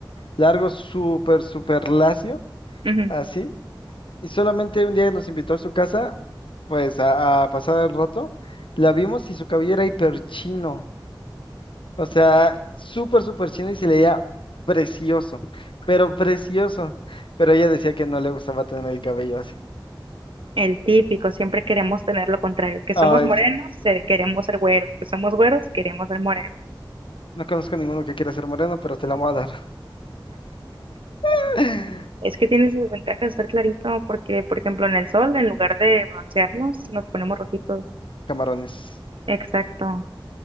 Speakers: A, on the left (about 75°); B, on the right (about 90°).
A: largo, súper, súper lacio,
B: Ujú.
A: así. Y solamente un día nos invitó a su casa, pues a, a pasar el rato. La vimos y su cabello era hiper chino. O sea, súper, súper chino y se le veía precioso, pero precioso. Pero ella decía que no le gustaba tener el cabello así.
B: El típico, siempre queremos tener lo contrario, que
A: Ay,
B: somos morenos,
A: sí.
B: se- queremos ser güeros, que somos güeros, queremos ser morenos.
A: No conozco a ninguno que quiera ser moreno, pero te la voy a dar. <laughs>
B: Es que tiene sus ventajas estar clarito, porque, por ejemplo, en el sol, en lugar de broncearnos, nos ponemos rojitos.
A: Camarones.
B: Exacto.